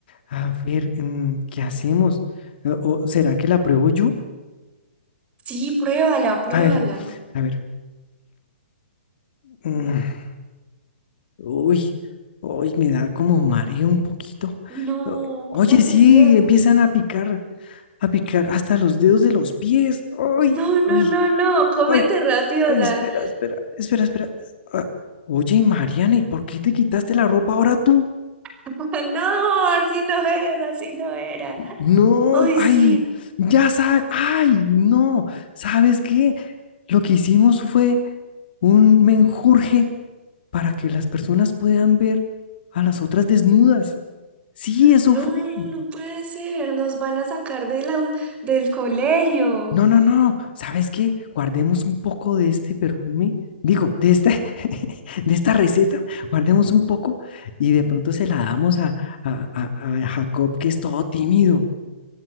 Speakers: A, on the left; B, on the right.
A: a ver, mm, ¿qué hacemos? ¿O o será que la pruebo yo?
B: Sí, pruébala, pruébala.
A: A ver, a ver. mm, Uy, uy, me da como mareo un poquito.
B: No,
A: O- Oye,
B: ¿cómo
A: sí,
B: te sientes?
A: empiezan a picar, a picar hasta los dedos de los pies. Uy,
B: No, no,
A: uy,
B: no, no, cómete
A: ay,
B: rápido
A: ay,
B: la.
A: espera, espera, espera, espera. Ah, Oye, Mariana, ¿y por qué te quitaste la ropa ahora tú?
B: <laughs> No, así no es, así no era.
A: No,
B: Ay,
A: ay,
B: sí.
A: ya sabes, ay, no, ¿sabes qué? Lo que hicimos fue un menjurje para que las personas puedan ver a las otras desnudas. Sí, eso
B: No,
A: fue.
B: no puede ser. Nos van a sacar de la, del colegio.
A: No, no, no. ¿Sabes qué? Guardemos un poco de este perfume. Digo, de esta, <laughs> de esta receta, guardemos un poco y de pronto se la damos a, a- a- a Jacob, que es todo tímido.